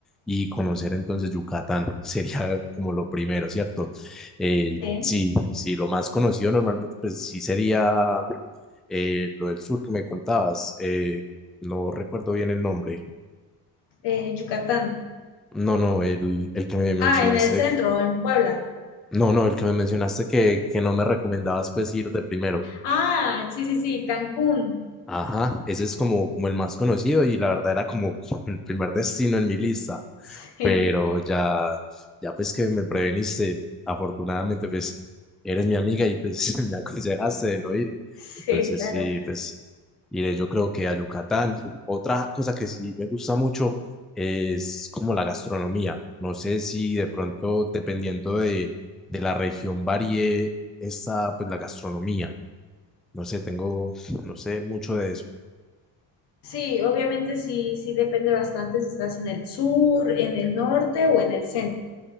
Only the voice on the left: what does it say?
Sí.
eh, Yucatán.
Ah, en el centro, en Puebla.
Ah, sí, sí, sí, Cancún. <laughs>
Sí,
sí,
claro.
Sí, obviamente sí, sí depende bastante si estás en el sur, en el norte o en el centro.